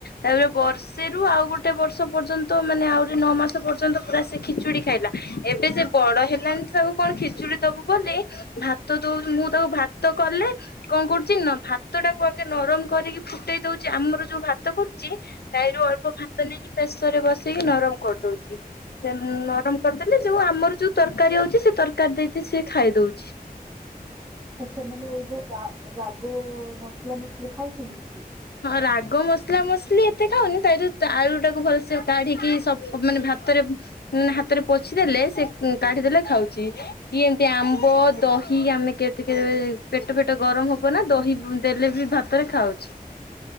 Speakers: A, on the left (about 90°); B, on the right (about 20°).
A: ତାପରେ ବର୍ଷେରୁ ଆଉ ଗୋଟେ ବର୍ଷ ପର୍ଯ୍ୟନ୍ତ ମାନେ ଆହୁରି ନଅ ମାସ ପର୍ଯ୍ୟନ୍ତ ପୁରା ସେ ଖିଚୁଡି ଖାଇଲା। ଏବେ ସେ ବଡ ହେଲାଣି ତ ଆଉ କଣ ଖିଚୁଡି ଦବୁ ବୋଲି ଭାତ ଦଉ ମୁଁ ତାକୁ ଭାତ କଲେ କଣ କରୁଛି ନା ଭାତ ଟାକୁ ଆଗେ ନରମ କରିକି ଫୁଟେଇ ଦଉଛି ଆମର ଯୋଉ ଭାତ କରୁଛି ତାଈରୁ ଅଳ୍ପ ଭାତ ନେଇକି ପ୍ରେସର ରେ ବସେଇକି ନରମ କରିଦଉଛି। ସେ ନରମ କରିଦେଲେ ଯୋଉ ଆମର ଯୋଉ ତରକାରୀ ହଉଛି ସେ ତରକାରୀ ଦେଇକି ସେି ଖାଇଦଉଛି।
B: ଆଚ୍ଛା ମାନେ ଯୋଉ ରା ରାଗ ମସଲା ମସଲି ଖାଉଛନ୍ତି ସେ
A: ହଁ ରାଗ ମସଲା ମସଲି ଏତେ ଖାଉନି ତାହିଁରୁ ଆଳୁ ଟାକୁ ଭଲସେ କାଢିକି ସ ମାନେ ଭାତରେ ହାତରେ ପୋଛିଦେଲେ ସେ କାଢିଦେଲେ ଖାଉଛି। କି ଏମତି ଆମ୍ବ ଦହି ଆମେ କେ ଟିକେ ପେଟ ଫେଟ ଗରମ ହବ ନା ଦହି ଦେଲେ ବି ଭାତରେ ଖାଉଛି।